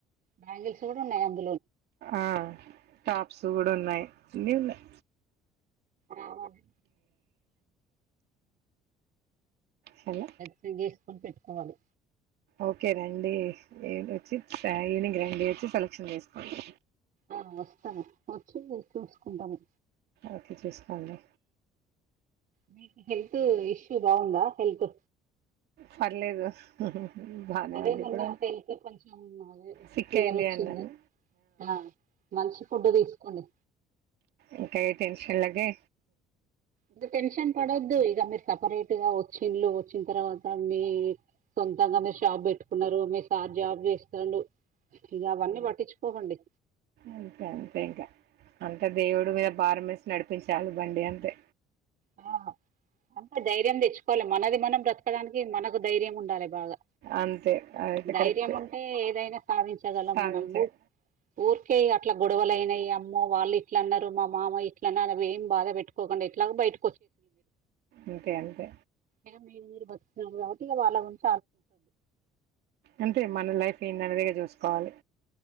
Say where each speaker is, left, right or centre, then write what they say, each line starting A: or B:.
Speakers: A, on the right (about 55°); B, on the right (about 75°).
A: బ్యాంగిల్స్ కూడా ఉన్నాయి అన్ని
B: ఆ టాప్స్ కూడా ఉన్నాయి అన్ని ఉన్నాయి
A: ఆహా అది
B: హలో
A: సెలెక్షన్ చేసుకొని పెట్టుకోవాలి
B: ఒకే రండి వచ్చి ఈవినింగ్ రండి వచ్చి సెలక్షన్ చేసుకోండి
A: ఆ వస్తాను వచ్చి చూసుకుంటాము
B: ఒకే చూసుకోండి
A: మీకు హెల్త్ ఇష్యూ బాగుందా హెల్త్
B: పర్లేదు బానే
A: అదే
B: ఉంది
A: మొన్న
B: ఇప్పుడు
A: హెల్త్ కొంచెం అదే
B: సిక్
A: ఫీవర్
B: అయింది
A: వచ్చింది
B: అన్నాను
A: ఆ మంచి ఫుడ్ తీసుకోండి
B: ఇంకా ఈ టెన్షన్ లకే
A: ఇకా టెన్షన్ పడొద్దు ఇక మీరు సపరేట్ గా వచ్చిలు వచ్చిన తర్వాత మీ సొంతంగా మీరు షాబ్ పెట్టుకున్నారు మీరు సార్ జాబ్ చేస్తండు ఇగ అవన్నీ పట్టించుకోకండి
B: అంతే అంతే ఇంకా అంత దేవుడి మీద భారం వేసి నడిపించాలి బండి అంతే
A: ఆ అంటే ధైర్యం తెచ్చుకోవాలి మనది మనం బ్రతకడానికి మనకు ధైర్యం ఉండాలి బాగా
B: అంతే అదైతే
A: ధైర్యం
B: కరెక్ట్
A: ఉంటే ఏదైనా సాధించగలం
B: సాధించ
A: మనం భు ఊరికే అట్లా గొడవలుఅయినాయి అమ్మో వాళ్ళు ఇట్ల అన్నారు మా మామ ఇట్ల అన్నారు అ ఏం బాధ పెట్టుకో ఎట్లాగు బయట
B: అంతే అంతే
A: ఇగ మీరు మీరు బతుకుతున్నారు కాబట్టి వాళ ఉంట్
B: అంతే మన లైఫ్ ఏంది అనేది ఇగ జూసుకోవాలి